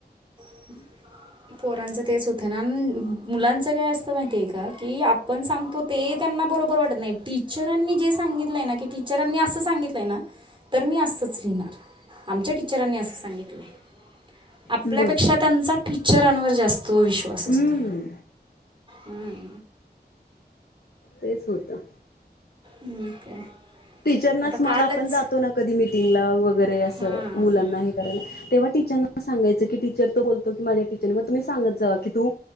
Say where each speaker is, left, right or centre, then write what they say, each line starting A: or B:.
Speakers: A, on the right; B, on the left.
A: <inaudible> पोरांचं तेच होतं ना मुलांच काय असतं माहिती आहे का की आपण सांगतो. ते त्यांना बरोबर वाटत नाही टीचरांनी जे सांगितलंय ना की टीचरांनी असं सांगितलंय ना तर मी असच लिहिणार आमच्या टीचरांनी असं सांगितलंय आपल्यापेक्षा
B: बरं.
A: त्यांचा टीचरांवर जास्त विश्वास असतो
B: हम्म.
A: हम्म.
B: तेच होतं
A: मग काय
B: टीचरनाच
A: आता
B: मग
A: कालच
B: आपण जातो ना कधी मिटिंगला व वगैरे असं
A: हां
B: मुलांना हे करायला तेव्हा टीचरना सांगायचं की टीचर तो बोलतो की माझ्या टीचर मग तुम्ही सांगत जावा की तू